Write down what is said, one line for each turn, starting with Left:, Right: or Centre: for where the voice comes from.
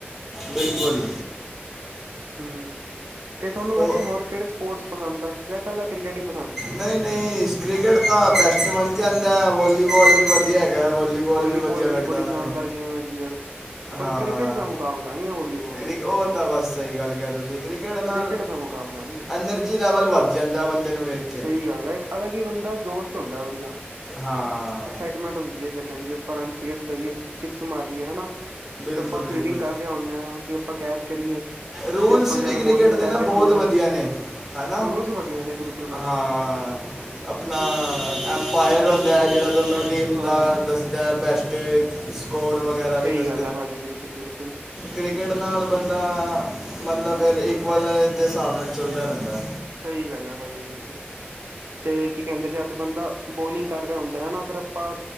Centre: ਬਿਲਕੁਲ
Right: ਹੂੰ, ਤੇ ਤੋਨੂੰ
Centre: ਹੋ
Right: ਵੈਸੇ ਹੋਰ ਕੇੜੇ ਸਪੋਟਸ ਪਸੰਦ ਐ, ਯਾ ਕੱਲਾ ਕ੍ਰਿਕੇਟ ਈ ਪ
Centre: ਨਈ, ਨਈ ਕ੍ਰਿਕੇਟ ਤਾ ਬੈਸਟ ਬਨ ਜਾਂਦਾ, ਵੋਲੀਬੋਲ ਵੀ ਵਦੀਆ ਹੈਗਾ। ਵੋਲੀ ਬੋਲ
Right: ਵੋਲੀਬੋਲ
Centre: ਵੀ ਵਦੀਆ ਲੱਗਦਾ
Right: ਬੜੀ
Centre: ਮੈਨੂੰ
Right: ਸ਼ਾਨਦਾਰ ਗੇਮ ਹੈ ਜੀ ਯਾਰ
Centre: ਹਾਂ,
Right: ਪਰ ਕ੍ਰਿਕਟ ਦਾ ਮੁਕਾਬਲਾ ਨਹੀਂ ਹੈ ਵੋਲੀਬੋਲ
Centre: ਕ੍ਰ
Right: ਦਾ
Centre: ਓ ਤਾ ਬਾੱਸ ਸਈ ਗਾੱਲ ਕੇਆ ਤੁਸੀ ਕ੍ਰਿਕੇਟ ਨਾਲ
Right: ਕ੍ਰਿਕਟ ਦਾ ਮੁਕਾਬਲਾ ਨਹੀਂ ਹੈ
Centre: ਐਨਰਜੀ ਲੈਵਲ ਵੱਦ ਜਾਂਦਾ ਬੰਦੇ ਨੂੰ ਵੇਖ ਕੇ
Right: ਸਹੀ ਗੱਲ ਹੈ ਇੱਕ ਅਲੱਗ ਹੀ ਬੰਦਾ ਜੋਸ਼ ਚ ਹੁੰਦਾ ਵਧੀਆ
Centre: ਹਾਂ।
Right: <unintelligible> ਖੇਡਣ ਦੀ ਆਪਾਂ ਰਂਗ ਚੇਜ਼ ਕਰੀਏ ਸਿਕਸ ਮਾਰੀਏ ਹਨਾ।
Centre: ਬਿਲਕੁਲ
Right: ਜਦ ਆਪਾਂ ਫੀਲਡਿੰਗ
Centre: ਬਿਲਕੁਲ
Right: ਕਰ ਰੇ ਹੋਨੇ ਆਂ, ਵੀ ਆਪਾਂ ਕੈਚ ਕਰੀਏ।
Centre: ਰੂਲਸ
Right: ਤੇ ਆਪਾਂ ਜਦ
Centre: ਵੀ ਕ੍ਰਿਕੇਟ
Right: ਬੋਲਿੰਗ ਕਰ
Centre: ਦੇ ਨਾ
Right: ਰਹੇ ਹੁੰਦੇ
Centre: ਬੋਤ
Right: ਹਾਂ
Centre: ਵਦੀਆ ਨੇ ਹੈਨਾ,
Right: ਰੂਲਸ ਵਧੀਆ ਨੇ ਬਿਲਕੁਲ ਭਾਜੀ
Centre: ਹਾਂ। ਆਪਨਾ ਐੰਪਾਯਰ ਹੋਂਦਾ ਜੇੜਾ ਦੋਨੋਂ ਟੀਮ
Right: ਹਾਂ।
Centre: ਦਾ ਦਸਦਾ ਬੈਸਟ ਸਕੋਰ ਵਗੈਰਾ ਵੀ
Right: ਸਹੀ
Centre: ਦੱਸ
Right: ਗੱਲ ਆ ਭਾਜੀ ਬਿਲਕੁਲ-ਬਿਲਕੁਲ
Centre: ਕ੍ਰਿਕੇਟ ਨਾਲ ਬੰਦਾ ਮਲਬ ਫੇਰ ਇਕਵਲ ਦੇ ਸਾਬ ਨਾਲ ਚੱਲਦਾ ਰੈਂਦਾ।
Right: ਸਈ ਗਾੱਲ ਐ ਪਾਜੀ ਬਿਲਕੁਲ, ਤੇ ਕੀ ਕੈਂਦੇ ਜਦ ਬੰਦਾ ਬੋਲਿੰਗ ਕਾੱਰ ਰੇਆ ਹੋਂਦਾ ਹਨਾ। ਪਰ ਆਪਾ